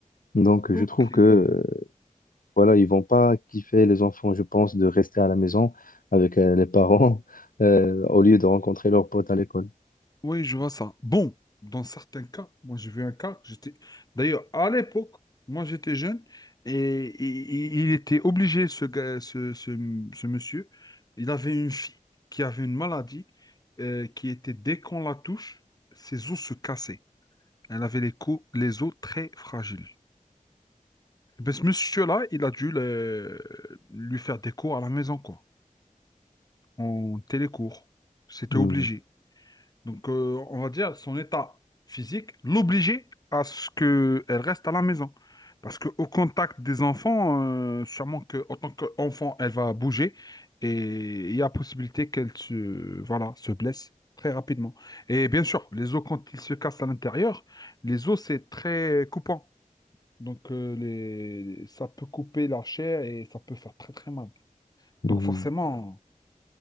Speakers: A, on the left; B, on the left.
A: Donc,
B: Ok.
A: je trouve que euh, voilà, ils vont pas kiffer les enfants, je pense, de rester à la maison avec euh, les parents <laughs> euh, au lieu de rencontrer leurs potes à l'école.
B: Oui, je vois ça. Bon, dans certains cas, moi j'ai vu un cas, que j'étais. D'ailleurs, à l'époque, moi j'étais jeune et i- il était obligé, ce gars, ce, ce, ce monsieur, il avait une fille qui avait une maladie euh, qui était, dès qu'on la touche, ses os se cassaient. Elle avait les, co- les os très fragiles. Eh ben, ce monsieur-là, il a dû le- lui faire des cours à la maison, quoi, en télécours. C'était
A: Mhm.
B: obligé. Donc, euh, on va dire son état physique l'obligeait à ce qu'elle reste à la maison. Parce qu'au contact des enfants, euh, sûrement que, en tant qu'enfant, elle va bouger et il y a possibilité qu'elle se, voilà, se blesse très rapidement. Et bien sûr, les os, quand ils se cassent à l'intérieur, les os, c'est très coupant. Donc, euh, les... ça peut couper la chair et ça peut faire très très mal.
A: Mhm.
B: Donc, forcément,